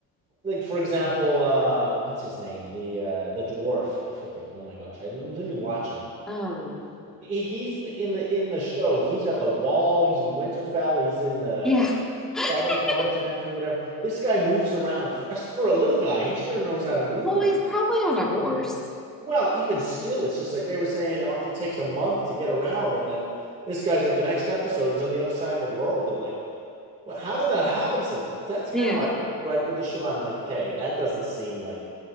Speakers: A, on the right (about 20°); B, in the centre.
A: Like for example, uh, what's his name? The uh, the dwarf. I forget. Oh my gosh, I'm literally watching.
B: Um,
A: He- He's in the in the show. He's at the Wall. He's in Winterfell. He's in the
B: yeah. <laughs>
A: Southern Continent or whatever. This guy moves around for, for a little guy. He sure knows how to move
B: Well,
A: pretty
B: he's probably on a horse.
A: Well, even still, it's just like they were saying uh, it takes a month to get around, and then this guy's like the next episode, he's on the other side of the world. I'm like, well, how did that happen so fast? That's kind
B: Yeah.
A: of my gripe with the show. I'm like, okay, that doesn't seem like,